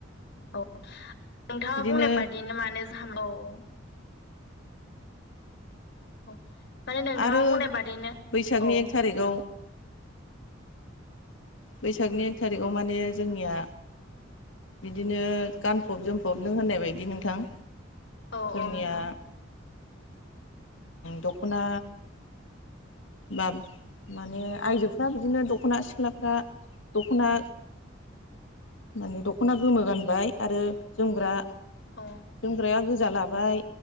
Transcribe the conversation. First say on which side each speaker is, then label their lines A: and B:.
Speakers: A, on the left; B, on the left.
A: औ नोंथाङा
B: बिदिनो
A: बुंनाय बादिनो मानो जोहा औ औ औ माने नोंथाङा
B: आरो
A: बुंनाय बादिनो
B: बैसागनि
A: औ
B: एक थारिखआव
A: <inaudible>
B: बैसागनि एक थारिखआव माने जोंनिया बिदिनो गानफब जोमफब नों होननाय बायदि नोंथां
A: औ औ
B: जोंनिया
A: नोंथां
B: दख'ना बा माने आइजोफ्रा बिदिनो दख'ना सिख्लाफ्रा दख'ना माने दख'ना गोमो गानबाय आरो जोमग्रा
A: औ
B: जोमग्राया गोजा लाबाय